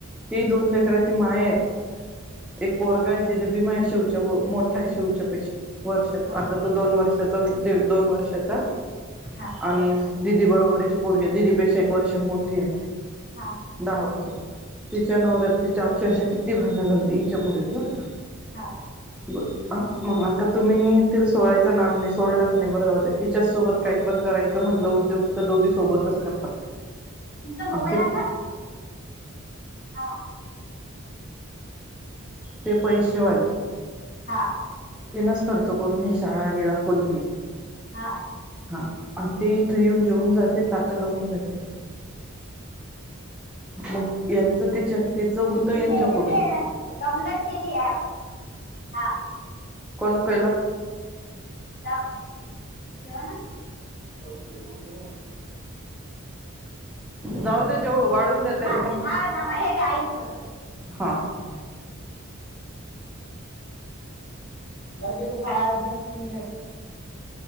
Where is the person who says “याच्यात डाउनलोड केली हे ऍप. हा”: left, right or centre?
Left